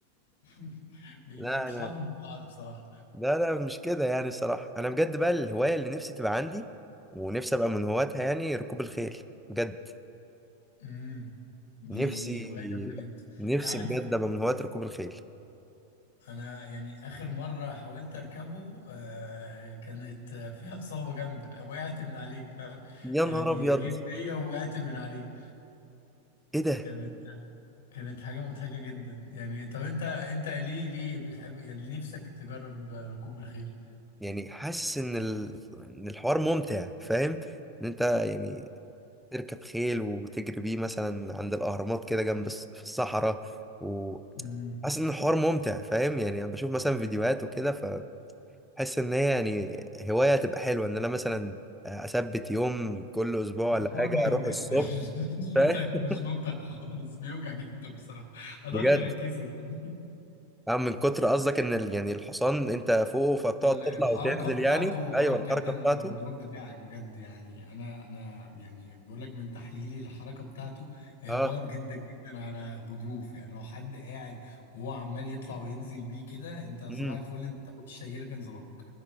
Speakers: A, on the left (about 70°); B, in the centre.
A: <laughs> بي-
B: لا
A: بيطحنوا
B: انا
A: في بعض بصراحه
B: لا لا مش كده يعني الصراحه انا بجد بقى الهوايه اللي نفسي تبقى عندي ونفسي ابقى من هواتها يعني ركوب الخيل بجد
A: امم دي
B: نفسي
A: هواية جامدة جدا
B: نفسي
A: انت عارف
B: بجد ابقى من هواة ركوب الخيل
A: انا يعني اخر مرة حاولت اركبه آه كانت آه، فيها اصابة جامدة وقعت من عليه فاهم
B: يا
A: يعني
B: نهار ابيض
A: جري بيا وقعت من عليه
B: ايه ده
A: كانت كانت حاجة مضحكة جدا يعني طب انت انت ليه ليه بتحب يعني ليه نفسك تجرب آه، ركوب الخيل
B: يعني حاسس ان ال... ان الحوار ممتع فاهم ان انت يعني تركب خيل وتجري بيه مثلا عند الأهرامات كده جنب الص- في الصحراء وحاسس
A: امم
B: إن الحوار ممتع فاهم يعني أنا بشوف مثلا فيديوهات وكده فبحس إن هي يعني هواية تبقى حلوة إن أنا مثلا أثبت يوم كل أسبوع ولا
A: هو حوار
B: حاجة
A: بيوجع
B: أروح الصبح
A: <laughs> مش ممتع
B: فاهم
A: مش ممتع خالص بيوجع جدا بصراحة اداري
B: بجد
A: كان اتكسر <laughs>
B: أه من كتر قصدك إن ال- يعني الحصان أنت فوقه فبتقعد
A: ال-
B: تطلع
A: الحركة
B: وتنزل
A: بتاعته
B: يعني
A: غلط
B: أيوه الحركة
A: جدا
B: بتاعته
A: على الغضروف بتاعك بجد يعني انا انا يعني بقول لك من تحليلي الحركة بتاعته هي
B: أه
A: غلط جدا جدا على غضروف يعني لو حد قاعد وهو عمال يطلع وينزل بيه كده انت صباح
B: امم
A: الفل انت وش هيجيلك انزلاق